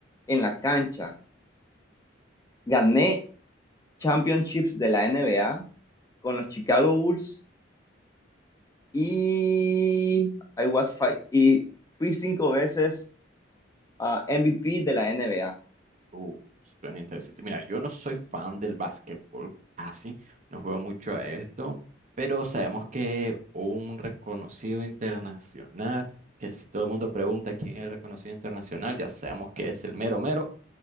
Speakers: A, on the left; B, on the right.
A: en la cancha. Gané championships de la NBA con los Chicago Bulls y, I was fi- y fui cinco veces ah, MVP de la NBA.
B: Uh, suena interesante. Mira, yo no soy fan del básquetbol, así, no juego mucho a esto, pero sabemos que un reconocido internacional, que si todo el mundo pregunta quién es el reconocido internacional, ya sabemos que es el mero mero